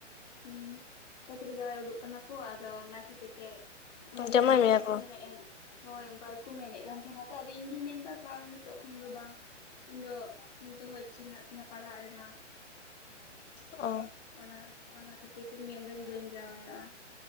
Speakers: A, on the left (about 35°); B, on the left (about 85°).
A: ᱩᱸ ᱪᱟᱹᱠᱨᱤ ᱡᱟᱣᱟᱭ ᱩᱰᱩᱠ ᱠᱟᱱᱟ ᱠᱚ ᱟᱫᱚ ᱚᱱᱟ ᱠᱷᱟᱹᱛᱤᱨ ᱛᱮ ᱵᱮᱨ
B: ᱡᱟᱶᱟᱭ
A: ᱵᱟᱲᱟᱭᱮᱫ
B: ᱢᱮᱭᱟ
A: ᱠᱟᱱ
B: ᱠᱚ
A: ᱛᱟᱦᱮᱭ ᱮᱢ ᱦᱳᱭ ᱚᱱᱠᱟ ᱜᱮᱠᱚ ᱢᱮᱱᱮᱫ ᱠᱟᱱ ᱛᱟᱦᱮᱱᱟ ᱛᱚ ᱟᱫᱚ ᱤᱧ ᱜᱤᱧ ᱢᱮᱱᱫᱟ ᱵᱟᱝ ᱱᱤᱛᱚᱜ ᱠᱷᱚᱱ ᱫᱚ ᱵᱟᱝ ᱤᱧ ᱫᱚ ᱱᱤᱛᱦᱚ ᱤᱪᱪᱷᱟᱹ ᱢᱮᱱᱟᱜ ᱛᱤᱧᱟᱹ ᱯᱟᱲᱦᱟᱜ ᱨᱮᱱᱟᱜ
B: ᱚ
A: ᱚᱱᱟ ᱚᱱᱟ ᱠᱷᱟᱹᱛᱤᱨ ᱛᱤᱧ ᱢᱮᱱᱫᱟᱹᱧ ᱵᱟᱹᱧ ᱡᱟᱶᱟᱭᱚᱜᱼᱟ